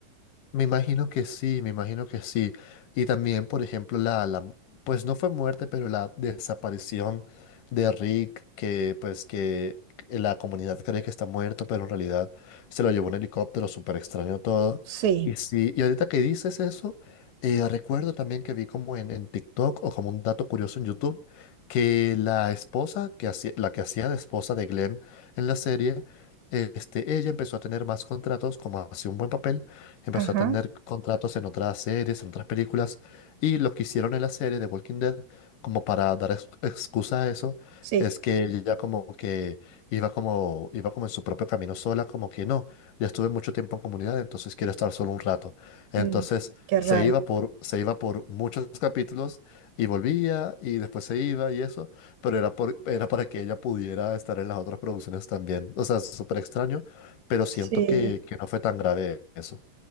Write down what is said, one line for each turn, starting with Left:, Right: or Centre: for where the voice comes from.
Left: Me imagino que sí, me imagino que sí. Y también, por ejemplo, la, la, pues no fue muerte, pero la desaparición de Rick, que pues que la comunidad cree que está muerto, pero en realidad se lo llevó un helicóptero, súper extraño todo.
Right: Sí,
Left: Y sí, y ahorita que dices eso, eh, recuerdo también que vi como en, en TikTok o como un dato curioso en YouTube, que la esposa, que hacía, la que hacía de esposa de Glenn en la serie, este, ella empezó a tener más contratos como hacía un buen papel empezó
Right: ajá,
Left: a tener contratos en otras series, en otras películas, y lo que hicieron en la serie de Walking Dead, como para dar ex- excusa a eso,
Right: sí,
Left: es que ella como que iba como, iba como en su propio camino sola, como que no, ya estuve mucho tiempo en comunidad, entonces quiero estar solo un rato. Entonces
Right: mm, qué
Left: se
Right: raro.
Left: iba por, se iba por muchos capítulos y volvía y después se iba y eso, pero era, por, era para que ella pudiera estar en las otras producciones también. O sea, súper extraño, pero
Right: Sí,
Left: siento que, que no fue tan grave eso.